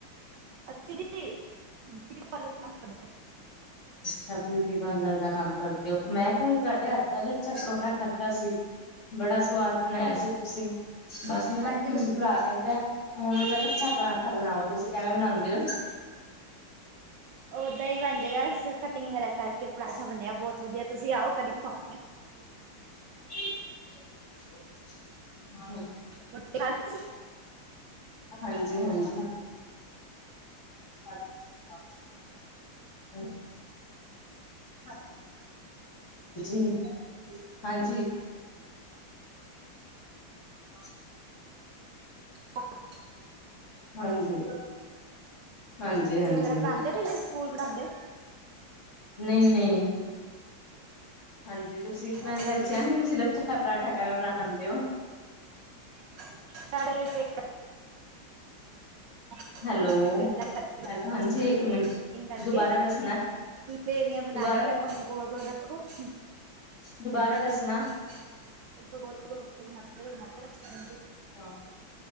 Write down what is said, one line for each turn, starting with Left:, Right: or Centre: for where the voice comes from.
Right: ਅਸੀ ਜੀ <unintelligible>
Left: ਅੱਛਾ ਬਿਊਟੀ ਪਾਰਲਰ ਦਾ ਕੰਮ ਕਰਦੇ ਉ। ਮੈਂ ਇਕ ਵਾਰੀ ਤੁਹਾਡੇ ਹੱਥ ਦਾ ਲਛਾ ਪਰੌਂਠਾ ਖਾਧਾ ਸੀ। ਬੜਾ ਸਵਾਦ ਬਣਾਇਆ ਸੀ ਤੁਸੀਂ। ਬਸ
Right: ਹਾਂ
Left: ਮੇਰਾ,
Right: ਹਾਂਜੀ ਦੁ-
Left: ਭਰਾ ਕਹਿੰਦਾ ਐ ਉਵੇ ਦਾ ਲਛਾ ਪਰਾਂਠਾ ਬਣਾਓ, ਤੁਸੀਂ ਕੈਂਵੇਂ ਬਨਾਂਦੇ ਉ।
Right: ਓਦਾਂ ਹੀ ਬਣ ਜਾਏਗਾ। ਕਟਿੰਗ ਵਾਲਾ ਕਰਕੇ ਪਰਾਂਠਾ ਬਣਿਆ ਬਹੁਤ ਵਧੀਆ, ਤੁਸੀਂ ਆਓ ਕਦੀ ਖਵਾਵਾਗੇ।
Left: ਹ <unintelligible>
Right: ਰੋਟੀ ਖਾ ਲਈ ਤੁਸੀਂ।
Left: ਹਾਂਜੀ, ਹਾਂਜੀ। <inaudible> ਹ ਹਾਂਜੀ, ਹਾਂਜੀ। ਹਾਂ।
Right: <inaudible>
Left: ਹਾਂਜੀ ਹਾਂਜੀ
Right: ਬੱਚੇ
Left: ਹਾਂਜੀ
Right: ਵਗੈਰਾ ਪੜਾਂਦੇ ਤੁਸੀਂ ਸਕੂਲ ਪੜ੍ਹਾਦੇ ਓ।
Left: ਨਈ-ਨਈ। ਹਾਂਜੀ ਤੁਸੀਂ ਮੈਨੂ
Right: ਅੱਛਾ
Left: ਦੱਸਿਆ
Right: ਜੀ
Left: ਨੀ ਤੁਸੀਂ ਲੱਛਾਂ ਪਰਾਂਠਾ ਕੈਵੇਂ ਬਣਾਂਦੇ ਓ
Right: <inaudible> <inaudible> <unintelligible>
Left: ਹੈਲੋ ਹੈਲੋ ਹਾਂਜੀ ਇੱਕ ਮਿੰਟ
Right: ਕਟਿੰਗ ਕਰਕੇ
Left: ਦੁਬਾਰਾ ਦੱਸਣਾ
Right: ਲੇਰੀਆਂ ਬਣਾ
Left: ਦੁਬਾਰਾ
Right: ਕੇ ਓਨੂੰ ਗੋਲ-ਗੋਲ ਰੱਖ ਕੋਫੀ
Left: ਦੁਬਾਰਾ
Right: <unintelligible>
Left: ਦੱਸਣਾ
Right: ਉਸਕੋ ਗੋਲ-ਗੋਲ ਬਨਾਤੇ ਰਹੋ ਬਨਾਤੇ ਰਹੋ ਬਣ
Left: ਹਾਂ